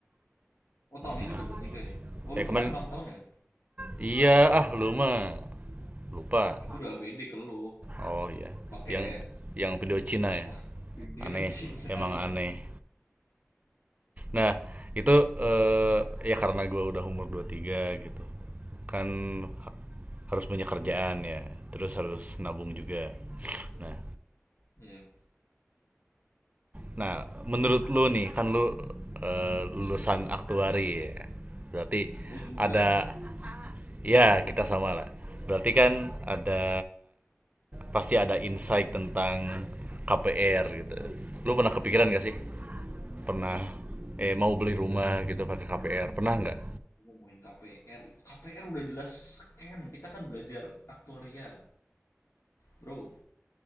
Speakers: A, on the left; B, on the right.
A: Oh tahun ini
B: Nah,
A: udah dua puluh tiga ya? Oh
B: eh
A: lu kemarin
B: kemarin
A: ulang tahun ya?
B: iya ah lu mah lupa.
A: ya gue udah ABD ke lu,
B: Oh iya,
A: pakai
B: yang yang video Cina ya.
A: wah video
B: Aneh,
A: <laughs> Cina
B: emang aneh.
A: ya.
B: Nah, itu eh, ya karena gua udah umur 23 gitu. Kan ha- harus punya kerjaan ya, terus harus nabung juga. Nah,
A: Iya,
B: Nah, menurut lu nih, kan lu eh, lulusan aktuari ya. Berarti
A: lu juga.
B: ada ya kita sama lah. Berarti kan ada pasti ada insight tentang KPR gitu. Lu pernah kepikiran gak sih? Pernah eh
A: Wah,
B: mau
A: KPR,
B: beli rumah gitu pakai KPR? Pernah nggak?
A: Gua ngomongin KPR. KPR udah jelas scam. Kita kan belajar aktuaria, bro.